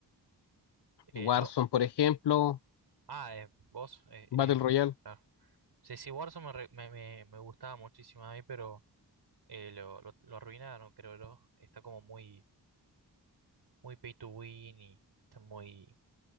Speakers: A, on the right (about 70°); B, on the left (about 75°).
A: Eh,
B: Warzone,
A: ¿yo?
B: por ejemplo,
A: Ah, eh, vos. eh,
B: Battle
A: eh,
B: Royale.
A: ah. Sí, sí, Warzone me, re- me, me- me gustaba muchísimo a mí, pero eh, lo, lo, lo arruinaron, creo yo. Está como muy, muy pay to win y está muy,